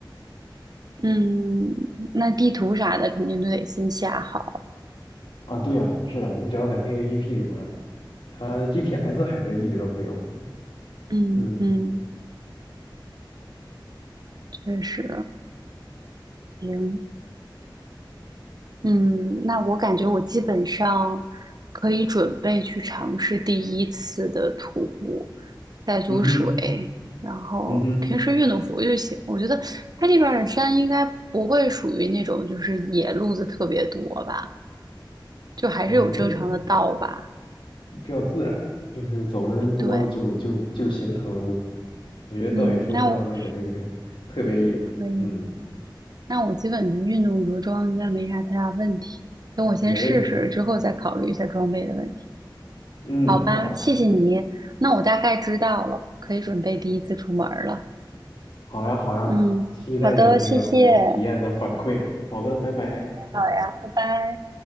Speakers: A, on the right; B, on the left.
A: 嗯，那地图啥的肯定都得先下好。
B: 啊。对呀，是啊，你只要在那个 APP 里面。它 GPS 还是一直都会有的。
A: 嗯嗯，
B: 嗯，
A: 确实行。嗯，那我感觉我基本上可以准备去尝试第一次的徒步，带足水，
B: 嗯哼，
A: 然后平时运动服就行。
B: 嗯哼，
A: 我觉得它这边儿的山应该不会属于那种就是野路子特别多吧，就还是有正常的道吧。
B: 我觉得比较自然，就是走的人多了就就就形成了路。
A: 对，
B: 我觉得倒也说不上那个这个这个特别野。
A: 嗯，那我可以，
B: 嗯，
A: 那我基本就运动着装应该没啥太大问题。等我先试试，
B: 没问题的。
A: 之后再考虑一下装备的问题。
B: 嗯，
A: 好吧，
B: 好呀，
A: 谢谢你。那我大概知道了，可以准备第一次出门儿了。
B: 好呀，好呀，
A: 嗯，
B: 期待你这个回来体验的反馈。
A: 好的，谢谢。
B: 好的，拜拜。
A: 好呀，拜拜。